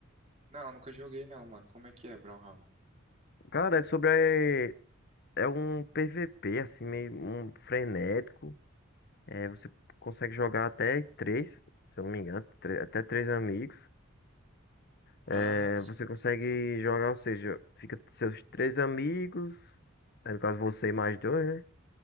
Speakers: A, on the right; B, on the left.
A: Não, nunca joguei não, mano. Como é que é, Brawlhalla?
B: Cara, é sobre. é É um PVP, assim, meio um frenético. é você consegue jogar até três, se eu não me engano, tre- até três amigos. Eh,
A: Ah, sim.
B: você consegue jogar, ou seja, fica seus três amigos, eh, no caso você e mais dois, né?